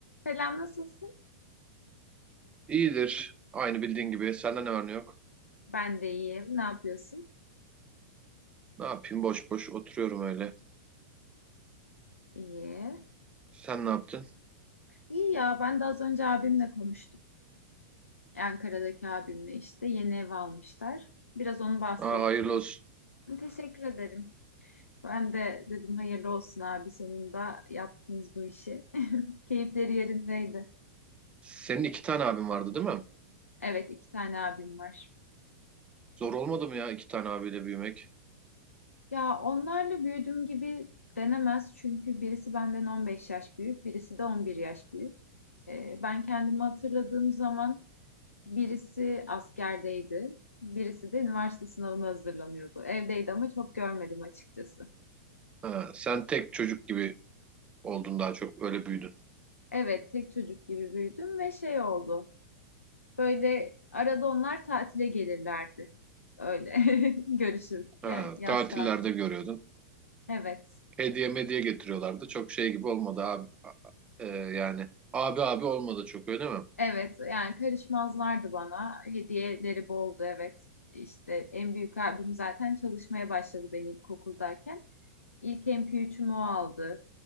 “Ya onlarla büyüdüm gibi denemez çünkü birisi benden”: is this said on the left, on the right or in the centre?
Left